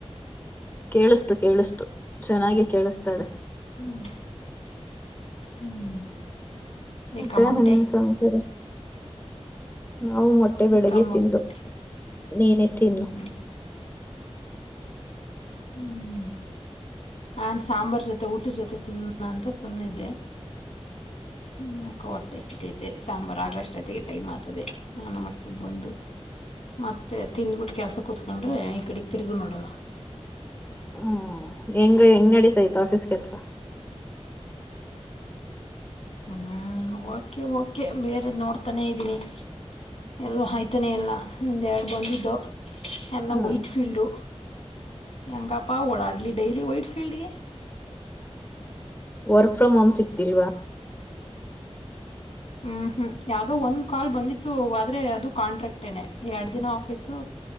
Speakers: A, on the left; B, on the left.
A: ಕೇಳಿಸ್ತು ಕೇಳಿಸ್ತು ಚೆನ್ನಾಗಿ ಕೇಳಿಸ್ತಾರೆ
B: ಹ್ಮ್ ಹ್ಮ್ ಬೇಕಾ
A: ತ್ತೆ
B: ಮೊಟ್ಟೆ
A: ಹಿನ್ನೇನ ಸಮಾಚಾರ. ಹ್ಮ್ಮ್. <inaudible> ನಾವು ಮೊಟ್ಟೆ
B: ಬೇಕಾ
A: ಬೆಳಗ್ಗೆ
B: ಮೊಟ್ಟೆ
A: ತಿಂದು. ನೀನೆ ತಿನ್ನು.
B: ಹ್ಮ್ ಹ್ಮ್ ನಾನ್ ಸಾಂಬಾರ್ ಜೊತೆ ಊಟದ ಜೊತೆ ತಿನ್ನಣ ಅಂತ ಸುಮ್ನಿದ್ದೆ ಹ್ಮ ಯಾಕೊ ಹೊಟ್ಟೆ ಹಸಿತೈತೆ ಸಾಂಬಾರ್ ಆಗಸ್ಟೊತಿಗೆ ಟೈಮ್ ಆತದೆ ಸ್ನಾನ ಮಾಡ್ಕಂಡ ಬಂದು ಮತ್ತೆ ತಿಂದ್ಬಿಟ್ಟು ಕೆಲ್ಸ ಕೂತ್ಕೊಂಡ್ರೆ ಈ ಕಡಿ. ತಿರುಗುನೋಡಲ್ಲ.
A: ಹ್ಮ ಹೆಂಗ ಹೆಂಗ್ ನಡೀತಾ ಇತ್ತು ಆಫೀಸ್ ಕೆಲ್ಸ.
B: ಹ್ಮ್ ಓಕೆ ಓಕೆ ಬೇರೆ ನೋಡ್ತಾನೇ ಇದ್ದೀನಿ ಎಲ್ಲೋ ಆಯ್ತಾನೆ ಎಲ್ಲ ಒಂದ್ ಎರಡ ಬಂದಿದ್ದು. ಎಲ್ಲ
A: ಹ್ಮ್
B: ವೈಟ್ ಫೀಲ್ಡು. ಹೆಂಗಪ್ಪಾ ಓಡಾಡಿ- ಲಿ ಡೈಲಿ ವೈಟ್ ಪಿಲ್ಡಿಗೆ.
A: ವರ್ಕ್ ಫ್ರಮ್ ಹೋಮ್ ಸಿಗ್ತಿಲ್ವಾ.
B: ಹ್ಮ್ ಹ್ಮ್ ಯಾವ್ದೋ ಒಂದ್ ಕಾಲ್ ಬಂದಿತ್ತು ಆದ್ರೆ ಅದು ಕಾಂಟ್ರಾಕ್ಟ ನೆ ಎರಡ್ ದಿನ ಆಫೀಸು